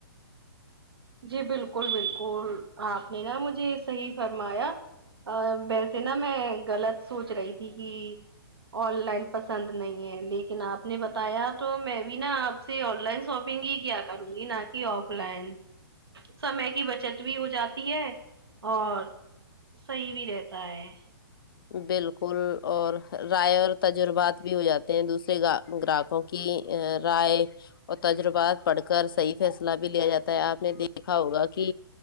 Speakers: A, on the right; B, on the left.
A: جی بالکل بالکل آپ نے نا مجھے صحیح فرمایا ا ویسے نا میں غلط سوچ رہی تھی کہ آن لائن پسند نہیں ہے لیکن آپ نے بتایا تو میں بھی نا آپ سے آن لائن شاپنگ ہی کیا کروں گی نہ کہ آف لائن سمے کی بچت بھی ہو جاتی ہے اور صحیح بھی رہتا ہے
B: بالکل اور رائے اور تجربات بھی ہو جاتے ہیں دوسرے کا گراہکوں کی ا رائے اور تجربات پڑھ کر صحیح فیصلہ بھی لیا جاتا ہے آپ نے دیکھا ہوگا کہ